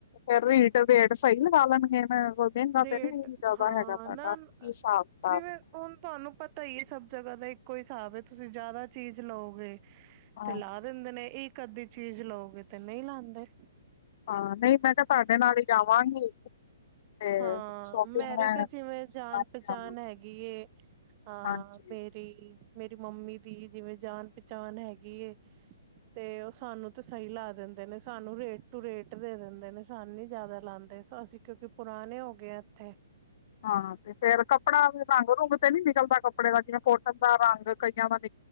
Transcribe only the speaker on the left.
ਫਿਰ ਰੇਟ ਸਹੀ ਲਗਾ ਲੈਣਗੇ? ਹੁਣ ਦਿਨ ਰਾਤ
ਤਾਂ ਨਾ ਇਹੀ
ਵਾ ਹੈਗਾ ਸਾਡਾ
ਹਿਸਾਬ ਕਿਤਾਬ।
ਹਾਂ
ਹਾਂ ਨਹੀਂ ਮੈਂ ਕਿਹਾ ਤੁਹਾਡੇ ਨਾਲ ਹੀ ਜਾਵਾਂਗੀ। ਤੇ
ਸ਼ੋਪਿੰਗ
ਮੈਂ
ਕਰਕੇ ਆਵਾਂ
ਹਾਂਜੀ
ਹਾਂ ਤੇ ਫੇਰ ਕੱਪੜਾ ਵੀ ਰੰਗ ਰੂੰਗ ਤੇ ਨੀ ਨਿਕਲਦਾ ਕੱਪੜੇ ਦਾ ਜਿਵੇਂ ਕੋਟਨ ਦਾ ਰੰਗ ਕਈਆਂ ਦਾ ਨਿ